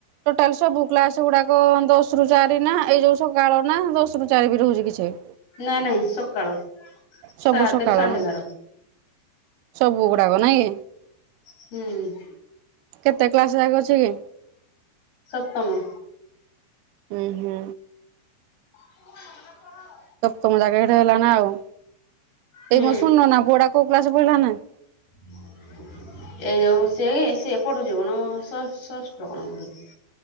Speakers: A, on the right; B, on the left.
A: ଟୋଟାଲ ସବୁ କ୍ଲାସ ଗୁଡାକ ଦଶ ରୁ ଚାରି ନା ଏଇ ଯୋଉ ସକାଳ ନା ଦଶ ରୁ ଚାରି ବି ରହୁଛି କିଛି
B: ନାଇଁ ନାଇଁ, ସକାଳ
A: ସବୁ
B: ସାତ
A: ସକାଳ
B: ରୁ ସାଢ଼େ
A: ନା?
B: ଏଗାର।
A: ସବୁ ଗୁଡ଼ାକ ନାଇଁ।
B: ହୁଁ
A: କେତେ କ୍ଲାସ ଯାକ ଅଛି କି?
B: ସପ୍ତମ।
A: ହୁଁ ହୁଁ।
B: <unintelligible>
A: ତମ ଜାଗା ହେଲା ନାଁ ଆଉ
B: ହୁଁ
A: ଏଇ ଶୁନ୍ ନନା ପଡା କୋଉ କ୍ଲାସ୍ ପଢିଲା ନାଁ।
B: <unintelligible> ଏଇ ଯଉ ସିଏ ସିଏ ପଠୁଛି କଣ ଷଷ୍ଠ କଣ ପଢୁଛି।